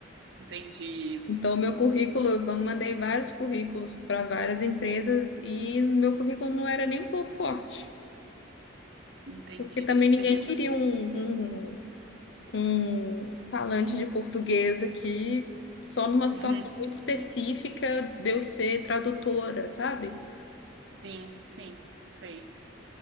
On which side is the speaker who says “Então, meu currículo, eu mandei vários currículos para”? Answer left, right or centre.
Left